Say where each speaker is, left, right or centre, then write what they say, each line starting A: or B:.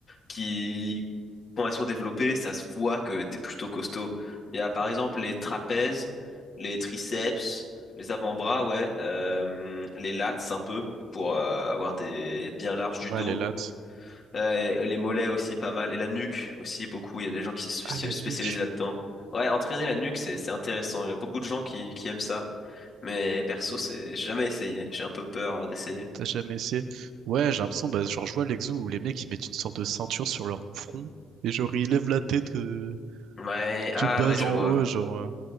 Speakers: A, on the left; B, on the right.
A: qui, quand elles sont développées, ça se voit que t'es plutôt costaud. Il y a par
B: Mm.
A: exemple les trapèzes, les triceps, les avant-bras, ouais, euh, les lats un peu pour euh, avoir des être bien large du
B: Ouais,
A: dos,
B: les lats.
A: Euh, et les mollets aussi pas mal et la nuque aussi beaucoup. Il y a des gens qui se
B: Ah,
A: spé-
B: la
A: spécialisent
B: nuque.
A: là-dedans. Ouais, entraîner la nuque c'est c'est intéressant. Il y a beaucoup de gens qui qui aiment ça, mais perso c'est j'ai jamais essayé. J'ai un peu peur d'essayer.
B: T'as jamais essayé? Ouais, j'ai l'impression, bah, genre, je vois l'exo où les mecs, ils mettent une sorte de ceinture sur leur front et genre, ils lèvent la tête euh,
A: Ouais, ah
B: de bas
A: ouais, je
B: en
A: vois.
B: haut, genre. euh.